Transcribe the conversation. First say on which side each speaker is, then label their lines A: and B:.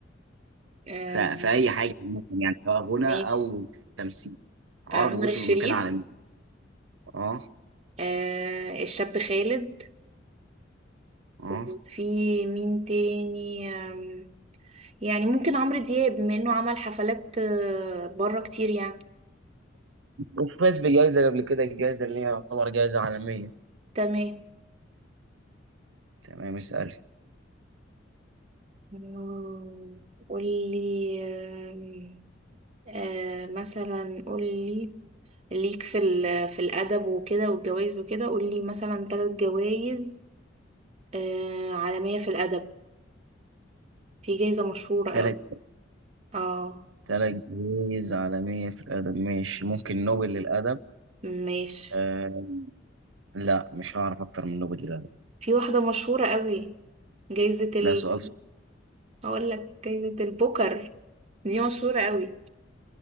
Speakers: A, on the right; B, on the right.
A: آه،
B: ف- في اي حاجه عامه يعني سواء غنى
A: ماشي
B: او تمثيل عرب
A: آه، عمر
B: وصلوا
A: الشريف
B: لمكانه عالميه اه
A: آه، الشاب خالد
B: اه
A: وفي مين تاني آم، يعني ممكن عمرو دياب بما انه عمل حفلات آه، بره كتير يعني
B: وفاز بجائزة قبل كده الجائزة اللي هي يعتبر جائزة عالمية
A: تمام
B: تمام اسألي
A: آه، قولي آم، آه مثلا قولي ليك في ال- في الأدب وكده والجوائز وكده قولي مثلا ثلاث جوائز آه عالمية في الأدب في جايزة مشهورة
B: تلات
A: أوي اه
B: تلات جوائز عالمية في الأدب ماشي ممكن نوبل للأدب
A: ماشي
B: آه لا مش هعرف أكتر من نوبل للأدب
A: في واحدة مشهورة أوي جايزة ال
B: لا سؤال صعب
A: أقول لك جايزة البوكر دي مشهورة أوي